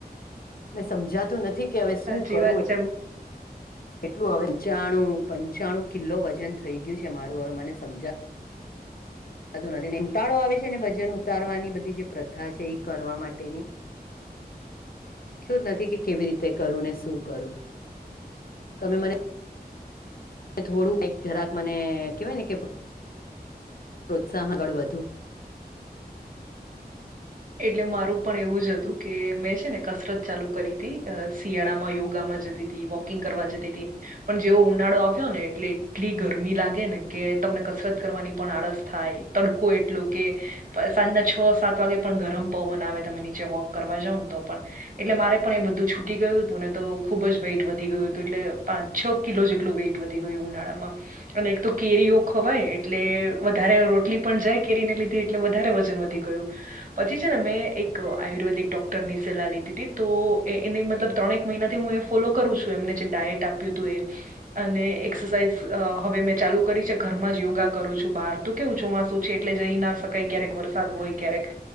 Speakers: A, on the left (about 60°); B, on the right (about 55°).
A: ને સમજાતું નથી કે હવે શું
B: સાચી
A: કરું
B: વાત છે
A: કેટલું હવે પંચાણું પંચાણું કિલો વજન થઈ ગયું છે મારું હવે મને સમજા બધું નથી ને કંટાળો આવે છે ને વજન ઉતારવાની બધી જે પ્રથા છે એ કરવા માટેની. થયું જ નથી કે કેવી રીતે કરું ને શું કરું. તમે મને થોડું કઈક જરાક મને કહેવાય ને કે <inaudible> પ્રોત્સાહનગળ વધુ.
B: એટલે મારું પણ એવું જ હતું કે મેં છે ને કસરત ચાલુ કરી હતી શિયાળામાં યોગામાં જતી હતી ઈ વોકિંગ કરવા જતી હતી પણ જેવો ઉનાળો આવ્યો ને એટલે એટલી ગરમી લાગે ને કે તમને કસરત કરવાની પણ આળસ થાય. તડકો એટલો કે સાંજના છ સાત વાગે પણ ગરમ પવન આવે તમે નીચે વોક કરવા જાાવ ને તો પણ. એટલે મારે પણ એ બધું છૂટી ગયું હતું ને તો ખુબ જ વેટ વધી ગયું હતું એટલે પાચ છ કિલો જેટલું વેઇટ વધી ગયું ઉનાળામાં અને એક તો કેરીઓ ખવાય એટલે વધારે રોટલી પણ જાય કેરીને લીધે એટલે વધારે વજન વધી ગયું. <inaudible> પછી છે ને મેં, એક આયુર્વેદિક ડોક્ટર ની સલાહ લીધી હતી તો એ એની મતલબ ત્રણેક મહિનાથી હું એ ફોલો કરું છું એમને જે ડાયટ આપ્યું તુંએ અને એક્સરસાઇઝ અહ હવે મેં ચાલુ કરી છે ઘરમાં જ યોગા કરું છું બહાર. તો કેવું ચોમાસું છે એટલે જઈ ના શકાય ક્યારેક વરસાદ હોય ક્યારેક